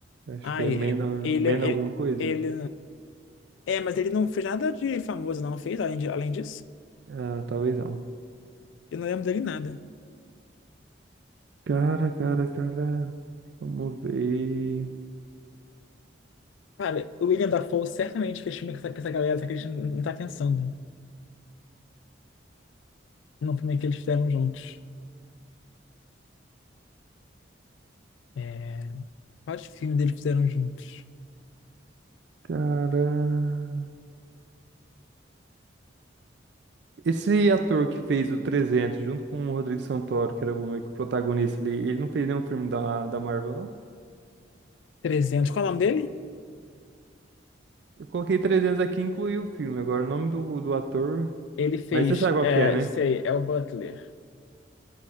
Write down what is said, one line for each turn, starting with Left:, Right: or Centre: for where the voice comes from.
Right: Acho
Left: Ai,
Right: que é Mena,
Left: ele,
Right: Mena
Left: ele,
Right: alguma coisa.
Left: ele. É, mas ele não fez nada de famoso, não fez, além, de, além disso.
Right: Ah, talvez não.
Left: Eu não lembro dele nada.
Right: Cara, cara, cara. Vamos ver.
Left: Cara, o William Dafoe certamente fez filme com essa, com essa galera, só que a gente não não tá pensando no filme que eles fizeram juntos. É... Quais filmes eles fizeram juntos?
Right: Caraca. Esse ator que fez o trezentos junto com o Rodrigo Santoro, que era o meio que o protagonista ali, ele não fez nenhum filme da, da Marvel, não?
Left: Trezentos. Qual é o nome dele?
Right: Eu coloquei trezentos aqui e incluí o filme. Agora, o nome do, do ator.
Left: Ele fez,
Right: Mas você sabe qual
Left: é,
Right: que é, né?
Left: sei, é o Butler.